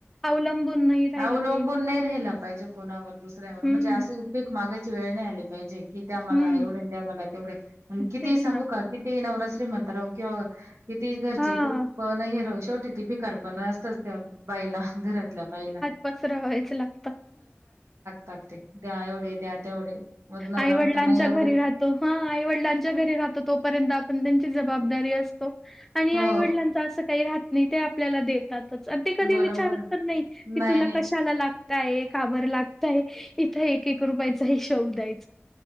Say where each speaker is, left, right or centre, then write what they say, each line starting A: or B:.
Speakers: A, in the centre; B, on the right.
A: अवलंबून नाही. राहिलं
B: अवलंबून
A: पाहिजे.
B: नाही राहिला पाहिजे कोणा वर - दुसऱ्यावर
A: हं,
B: म्हणजे असे उपेग मागाय- ची वेळ नाही आले - पाहिजे की द्या मला,
A: हं.
B: एवढ द्या, मला तेवढ, किती
A: तेच
B: सांगू
A: ना.
B: का किती ही नवरा - श्रीमंत राव किंवा- किती घरचे
A: हां,
B: खूप नाहीरहू शक - शेवटी ती फिकार पण असतच त्या - बाईला घरातल्या बाईला.
A: पचरा वयच लागता.
B: ताक ते- द्या एवढे, द्या तेवढे, मग नवरा
A: आईवडिलांच्या
B: म्हणतो नाही एवढे
A: घरी राहतो. हा! आईवडिलांच्या घरी राहतो तोपर्यंत आपण त्यां- जबाबदारी असतो. आणि
B: हो
A: आईवडलांंच असं काही राहात - न ते आपल्याला देतात. आणि ते कधी
B: बरोबर
A: विचारत पण नाही की
B: नाही
A: तुला
B: नाही
A: कशाला लागतय काबर लागतय. इथं एक एक रुपयाचा हिशोब द्यायचा.